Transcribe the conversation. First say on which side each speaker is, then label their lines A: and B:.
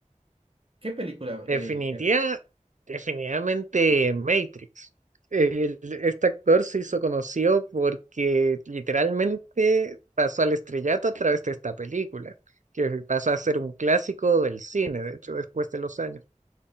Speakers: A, on the right (about 45°); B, on the right (about 70°).
A: ¿Qué película eh,
B: Definitiva,
A: era?
B: definitivamente Matrix. El- este actor se hizo conocido porque literalmente pasó al estrellato a través de esta película, que pasó a ser un clásico del cine, de hecho, después de los años.